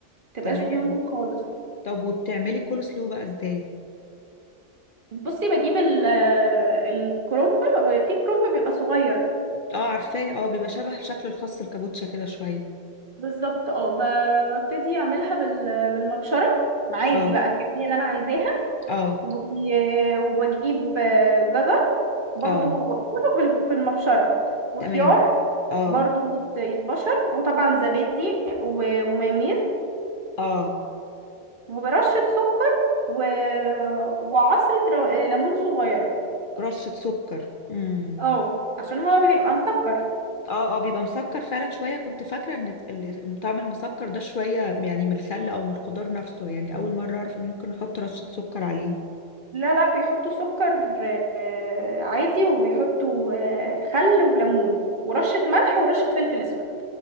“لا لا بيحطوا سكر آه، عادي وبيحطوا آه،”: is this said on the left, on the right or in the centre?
Right